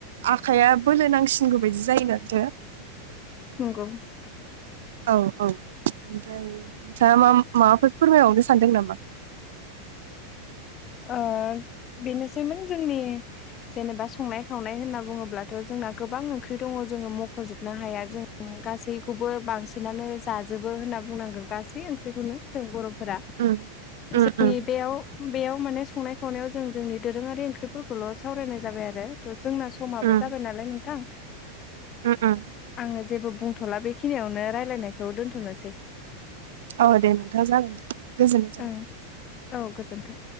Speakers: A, on the right; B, on the left.
A: आखाइया बोलो नांसिनगौ बायदि जायोनाथो।
B: नोंगौ
A: औ औ ओमफ्राय नोंथाङा मा-माबाफोर फोरमायबावनो सानदों नामा?
B: ओ बेनोसैमोन जोंनि जेनेबा संनाय खावनाय होनना बुङोब्लाथ' जोंना गोबां ओंख्रि दङ जोङो मख'जोबनो हाया जों गासैखौबो बांसिनानो जाजोबो होनना बुंनांगोन गासै ओंख्रिखौनो जों बर'फोरा।
A: उम उम
B: जोंनि
A: उम
B: बेयाव बेयाव माने संनाय खावनायाव जों जोंनि दोरोङारि ओंख्रिफोरखौल' सावरायनाय जाबाय आरो। जोंना समाबो
A: उम
B: जाबाय नालाय नोंथां।
A: उम उम
B: आङो जेबो बुंथ'ला बेखिनियावनो रायलायनायखौ दोनथ'नोसै।
A: औ दे नोंथां जागोन दे गोजोनथों।
B: ओं औ गोजोनथों।